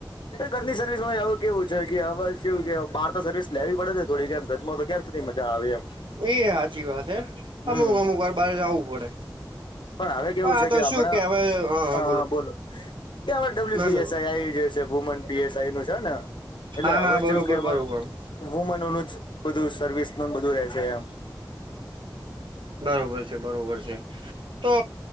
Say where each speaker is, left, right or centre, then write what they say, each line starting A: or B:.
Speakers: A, on the left; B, on the right.
A: ઘરની સર્વિસ માં એવું કેવું છે કે હ કેવું કે બહાર તો સર્વિસ લેવી પડે થોડીક આમ ઘરમાં તો ક્યાં સુધી મજા આવે એમ
B: એ સાચી વાત હે
A: હમ
B: અમુક અમુક વાર બાર જવું પડે
A: પણ હવે કેવું
B: આ
A: છે
B: તો
A: કે આપમણા
B: શું હવે હા
A: બોલો કે આપ ડબલ્યુ
B: ના
A: પીએસઆઈ
B: ના
A: આ વુમન પીએસઈ નું છે ને એટલે
B: હા
A: હવે
B: હા બરોબર
A: જેવું કે અમાર
B: બરોબર
A: વુમન ઓલું જ બધું સર્વિસ ન બધું રહે છે એમ
B: બરોબર છે બરોબર છે તો